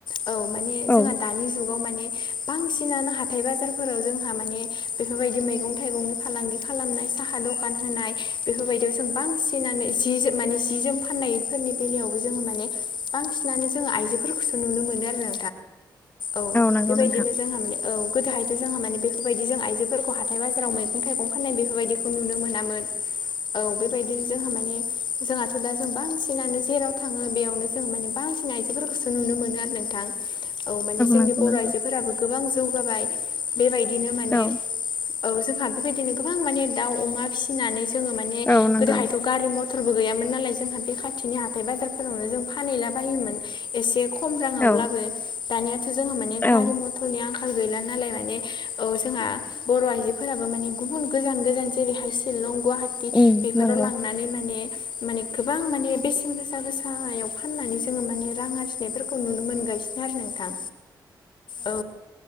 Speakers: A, on the left; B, on the left.
A: औ माने जोंहा
B: औ
A: दानि जुगाव माने बांसिनानो हाथाइ बाजारफोराव जोंहा माने बेफोरबायदि मैगं थाइगंनि फालांगि खालामनाय सा दखान होनाय बेफोरबायदियाव जों बांसिन जि जोम माने सि जोम फाननायफोरनि बेलायावबो जोङो माने बांसिनानो जोङो आइजोफोरखौसो नुनो मोनो आरो औ
B: नंगौ
A: बेबायदिनो
B: नोंथां
A: जोंहा <unintelligible> औ गोदोहायथ' जोंहा माने बेफोरबायदि जों आइजोफोरखौ हाथाइ बाजाराव मैगं थाइगं फाननाय बेफोरबायदिखौ नुनो मोनामोन। औ बेबायदिनो जोंहा माने जोंहाथ' दा जों बांसिनानो जेराव थाङो बेयावनो जों माने बांसिन आइजोफोरखौसो नुनो मोनो आरो नोंथां। औ माने जोंनि
B: नंगौ
A: बर'
B: नंगौ
A: आइजोफोराबो गोबां जौगाबाय बेबायदिनो माने
B: औ
A: औ जोंहा बेबायदिनो गोबां माने दाउ अमा फिसिनानै जोङो माने
B: औ नंगौ
A: गोदोहायथ' गारि म टरबो गैयामोन नालाय जोंहा बे खाथिनि हाथाय बाजारफोरावनो जों फानहैला बायोमोन एसे खम राङावब्लाबो।
B: औ
A: दानियाथ' जोंहा माने
B: औ
A: गारि मथर बटलनि आंखाल गैला नालाय माने औ जोंहा बर' आइजोफोराबो माने गुबुन गोजान गोजान जेरैहाय शिलं गुवाहाटि
B: उम
A: बेफोराव
B: नंगौ
A: लांनानै माने माने गोबां माने बेसेन गोसा गोसायाव फाननानै जोङो माने रां आरजिनायफोरखौ नुनो मोनगासिनो आरो नोंथां। औ।